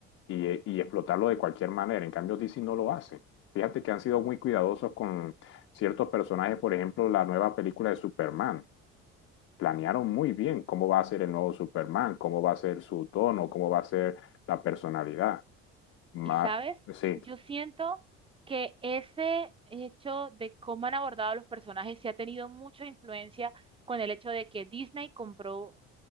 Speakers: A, on the left; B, on the right.
A: y, y explotarlo de cualquier manera. En cambio, DC no lo hace. Fíjate que han sido muy cuidadosos con ciertos personajes, por ejemplo, la nueva película de Superman planearon muy bien cómo va a ser el nuevo Superman, cómo va a ser su tono, cómo va a ser la personalidad. Ma-
B: Y sabes,
A: sí,
B: yo siento que ese hecho de cómo han abordado a los personajes sí ha tenido mucha influencia con el hecho de que Disney compró